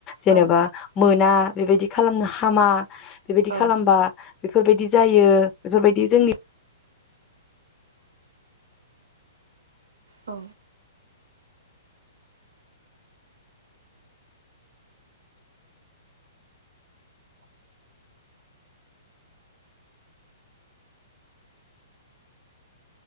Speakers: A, on the left; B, on the right.
A: जेनेबा
B: औ
A: मोना ना बेबायदि खालामनो हामा। बेबायदि
B: औ
A: खालामबा बेफोरबायदि जायो बेफोरबायदि जोंनि
B: औ